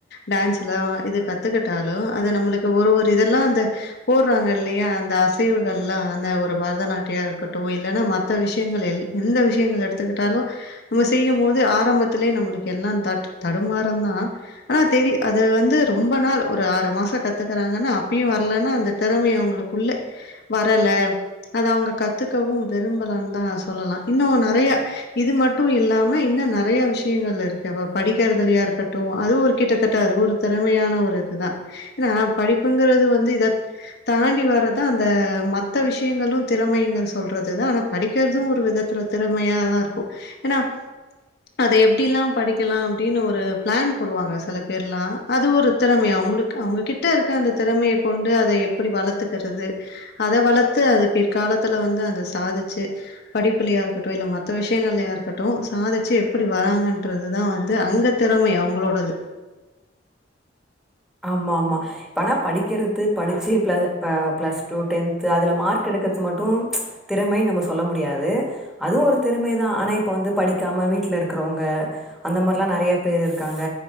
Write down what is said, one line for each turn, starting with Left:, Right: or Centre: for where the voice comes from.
Left: டான்ஸ்ல்லா இது பத் கத்துக்கிட்டாலு அது நம்மளுக்கு ஒரு ஒரு இத எல்லா அந்த போட்றாங்க இல்லையா அந் இந்த அசைவுகள்லா அந்த ஒரு பரதநாட்டியோ இருக்கட்டு இல்லனா மத்த விஷயங்கள் எ எந்த விஷயங்கள் எடுத்துக்கிட்டாலு நம்ம செய்யும் போது ஆரம்பத் லே நம் எல்லா தட்டுதடுமாறுந்தா ஆனா அத வந்து ரொம்ப நாள் ஒரு ஆறு மாச கத்துக்குறாங்கன அப்பயு வரல்லன அந்த தெறம அவுங்களுக்குள்ள வரல அது அவுங்க கத்துக்கவு விரும்பலான் தா சொல்லலா இன்னு நெறயா இது மட்டு மட்டு இல்லாம இன்னு நெறய விஷயங்கள் இருக்கு படிக்கிறதுலயா இருக்கட்டு அது ஒரு கிட்டத்தட்ட அது ஒரு திறமையான ஒரு இதுதா ஏன்னா படிப்புங்குறது வந்து இத தாண்டி வரதா அந்த மத்த விஷயங்களு திறமைங்க சொல்றதுதா ஆனா படிக்குறது ஒரு விதத்துல திறமையாதா இருக்கு ஏன்னா அத எப்டில்லா படிக்கலா அப்டின்னு ஒரு பிளான் போடுவாங்க சில பேர்லா அது ஒரு திறமைய அவுங்களுக்கு அவுங்ககிட்ட இருக்க அந்த திறமைய கொண்டு அத எப்டி வளர்த்துக்குறது அத வளத்து அது பிற்காலத்துல வந்து அந்த சாதிச்சு படிப்பிலியா இருக்கட்டு இல்ல மத்த விஷய ஏகலையா இருக்கட்டு சாதுச்சு எப்டி வராங்கன் ன்றதுதா வந்து அங்க திறமை அவுங்களோடது
Centre: ஆமா ஆமா ஆனா படிக்குறது படிச்சு ப பிளஸ் டூ டென்த்து அதுல மார்க் எடுக்குறது மட்டு திறமைன்னு நம்ம சொல்ல முடியாது அதுவு ஒரு திறமைதா ஆனா இப்ப வந்து படிக்காம வீட்ல இருக்குறவுங்க அந்த மாரிலா நெறய பேர் இருக்காங்க